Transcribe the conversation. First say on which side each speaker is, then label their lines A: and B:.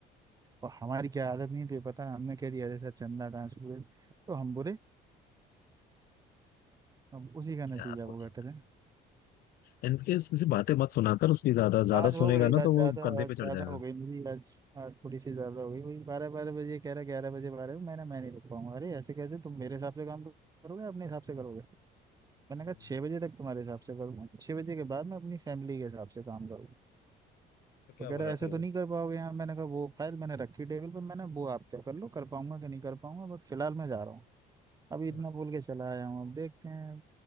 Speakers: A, on the right (about 20°); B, on the left (about 65°).
A: और हमारी क्या आदत नहीं थी पता है, हमने कह दिया अरे सर चंदा कहाँ सूरज तो हम बुरे अब उसी का
B: क्या
A: नतीजा
B: कुछ
A: वो कहते रहे
B: इनकेस किसी बातें मत सुनाकर उसकी ज्यादा ज्यादा
A: आज हो
B: सुनेगा
A: गई
B: ना
A: आज
B: तो वो
A: ज्यादा
B: कंधे
A: आज
B: पे
A: ज्यादा
B: चढ़ जाएगा
A: हो गई मेरी आज आज थोड़ी सी ज्यादा हो गई वही बारह बारह बजे कह रहा ग्यारह बजे बारह मैंने मैं नहीं रुक पाऊंगा अरे ऐसे कैसे तुम मेरे हिसाब से काम करोगे अपने हिसाब से करोगे मैंने
B: हम्म,
A: कहा छह बजे तक तुम्हारे हिसाब से करूँ छह बजे के बाद मैं अपनी फैमिली के हिसाब से काम करूँ
B: तो क्या
A: तो कह
B: बोला
A: रहा ऐसे
B: फिर वो
A: तो नहीं कर पाओगे यार मैंने कहा वो फाइल मैंने रखी टेबल पर मैंने वो आप तय कर लो कर पाऊंगा कि नहीं कर पाऊंगा बट फिलहाल मैं जा रहा हूँ अभी इतना
B: हम्म,
A: बोल के चला आया हूँ अब देखते हैं